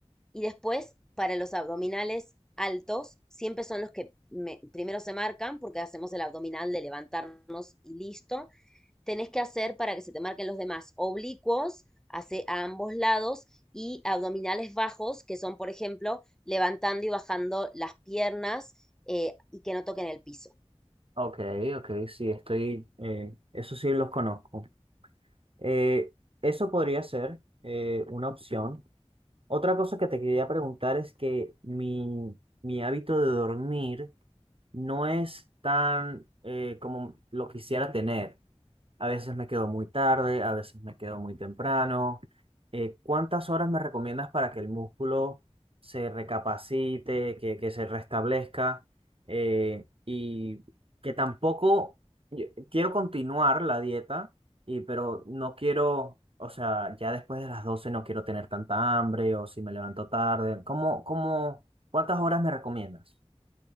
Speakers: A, in the centre; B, on the right (about 55°).
A: Y después, para los abdominales altos, siempre son los que me- primero se marcan, porque hacemos el abdominal de levantarnos y listo. Tenés que hacer para que se te marquen los demás oblicuos hace, a ambos lados y abdominales bajos, que son, por ejemplo, levantando y bajando las piernas eh, y que no toquen el piso.
B: Ok, ok, sí, estoy, eh, eso sí los conozco. Eh, eso podría ser eh, una opción. Otra cosa que te quería preguntar es que mi, mi hábito de dormir no es tan eh, como lo quisiera tener. A veces me quedo muy tarde, a veces me quedo muy temprano. Eh, ¿cuántas horas me recomiendas para que el músculo se recapacite, que, que se restablezca? Eh, y que tampoco yo- quiero continuar la dieta, y, pero no quiero, o sea, ya después de las 12 no quiero tener tanta hambre o si me levanto tarde. ¿Cómo, cómo, cuántas horas me recomiendas?